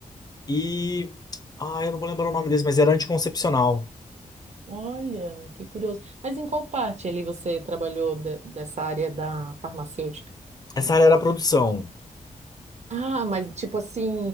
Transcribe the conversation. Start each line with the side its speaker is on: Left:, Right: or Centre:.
Left: E. Ah, eu não vou lembrar o nome desse, mas era anticoncepcional.
Right: Olha, que curioso. Mas em qual parte ali você trabalhou de- dessa área da farmacêutica?
Left: Essa área era a produção.
Right: Ah, mas tipo assim,